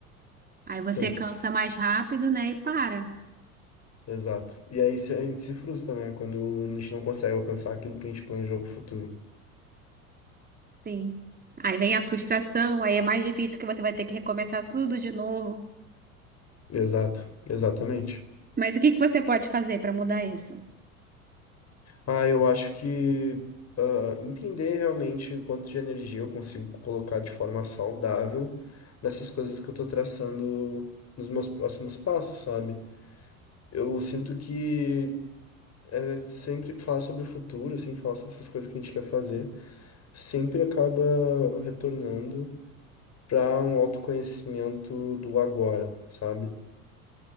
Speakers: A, on the right; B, on the left.
A: Aí você
B: Sempre.
A: cansa mais rápido, né? E para.
B: Exato. E aí se- a gente se frustra, né? Quando a gente não consegue alcançar aquilo que a gente planejou pro futuro.
A: Sim. Aí vem a frustração, aí é mais difícil que você vai ter que recomeçar tudo de novo.
B: Exato, exatamente.
A: Mas o que que você pode fazer para mudar isso?
B: Ah, eu acho que ah, entender realmente o quanto de energia eu consigo colocar de forma saudável nessas coisas que eu tô traçando nos meus próximos passos, sabe? Eu sinto que é, sempre falar sobre o futuro, assim, falar sobre essas coisas que a gente quer fazer, sempre acaba retornando para um autoconhecimento do agora, sabe?